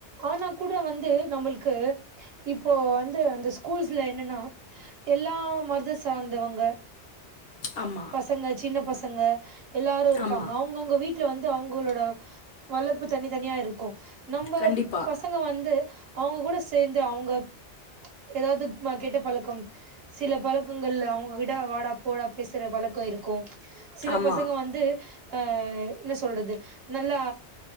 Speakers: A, on the right; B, on the left.
A: ஆனா கூட வந்து நம்ளுக் க்கு இப்போ வந்து அந்த ஸ்கூ ல்ஸ்ல என்னன்னா எல்லா மத சாந்தவங்க
B: ஆமா. ஆமா.
A: பசங்க சின்ன பசங்க எல்லாரு இருப்பாங்க
B: ஆமா.
A: அவங்கவுங்க வீட் ல வந்து அவுங்களோட வளப்பு தனித்தனியா இருக்கு நம்ம
B: கண்டிப்பா.
A: பசங்க வந்து அவுங்க கூட சேந்து அவுங்க ஏதாவது கெட்ட பழக்கம் சில பழக்கங்கள்ல அவங்க கிட்ட வாடா போடா பேசற வழக்கோ இருக்கும் சில
B: ஆமா.
A: பசங்க வந்து அ என்ன சொல்றது நல்லா